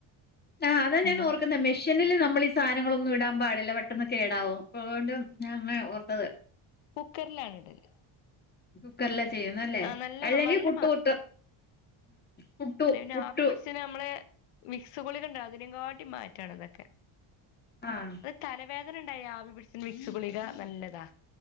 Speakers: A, on the left (about 20°); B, on the left (about 85°).
A: ആഹ് അതാ ഞാൻ
B: അപ്പൊ
A: ഓർക്കുന്നെ മി മിഷ്യനില് നമ്മള് ഈ സാനങ്ങളൊന്നും ഇടാംപാടില്ല പെട്ടെന്ന് കേടാവും അപ്പൊ അതുകൊണ്ട് ഞാ ഇങ്ങനെ ഓർത്തത്
B: കുക്കർലാണ് ഇടല്
A: കുക്കറിലാ ചെയ്യുന്നത് അല്ലേ
B: ആ നല്ല
A: അല്ലെങ്കി
B: നല്ല
A: പുട്ട് കുത്തും
B: അല്ലെങ്കി പിന്നെ
A: പുട്ടു
B: ആവി പിടിച്ച്ണ അമ്മളെ വിക്സ് ഗുളിക ഇണ്ടാേ അത് നെങ്കാട്ടി മാറ്റാണ് ഇതക്കെ
A: ആഹ്
B: തലവേദന ഇണ്ടായി ആവി പിടിച്ച്ണ വിക്സ് ഗുളിക നല്ലതാ